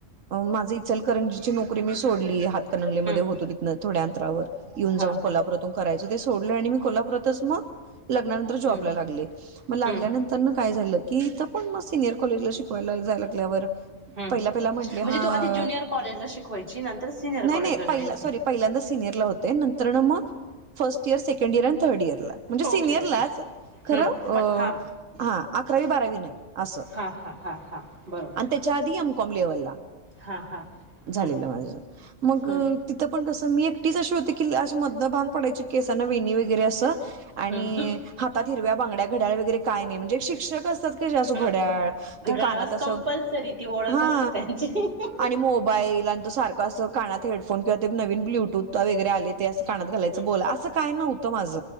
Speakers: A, on the right (about 85°); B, on the right (about 45°).
A: माझं इचलकरंजीची नोकरी मी सोडली. हातकणंगलेमध्ये
B: हम्म.
A: होतो तिथनं थोड्या अंतरावर येऊन-जाऊन
B: हा
A: कोल्हापुरातून
B: हा
A: करायचं ते सोडलं. आणि मी कोल्हापुरातच मग. लग्नानंतर जॉबला
B: हम्म,
A: लागले. मग लागल्यानंतर
B: हम्म,
A: काय झालं कि इथं पण मग सिनियर कॉलेज शिकवायला. जायाया लागल्यावर
B: हम्म.
A: पहिल्या म्हणण्यावर
B: म्हणजे
A: हा.
B: तू आधी ज्युनियर कॉलेजला शिकवायची नंतर सिनियर
A: नाही-नाही
B: कॉलेजला जॉईन
A: पहिल्या
B: झाली
A: सॉरी पहिल्यांदा सीनियरला होती. ते नंतर मग. First year. Second year. अ थर्ड इयर ला. म्हणजे सिनियरलाच.
B: ओके ओके
A: खरं
B: हम्म, पण हा
A: हा अकरावी बारावी नाही. असं
B: हा हा हा हा बरोबर
A: आणि त्याच्या आधी आम एम. कॉम लेवलला
B: हा हा
A: झालेला
B: हम्म
A: माझ. मग
B: हम्म
A: तिथं पण कसं मी एकटीच अशी होती की. अशी मधनं भांग पडयची केसना वेणी वगैरे असं. आणि
B: हम्म
A: हातात हिरव्या बांगड्या घड्याळ वगैरे काय नाही, म्हणजे शिक्षक असतात ते असं
B: हम्म
A: घड्याळ ते
B: घड्याळ
A: कानात असं
B: कंपल्सरी ती ओळख
A: हा
B: असते त्यांची हम्म
A: आणि मोबाईल. आणि त सारखं असं कानात हेडफोन किंवा ते नवीन ब्लूटूथ वगैरे आले, ते असं कानात घालायचं
B: हम्म
A: बोला असं काय नव्हतं माझ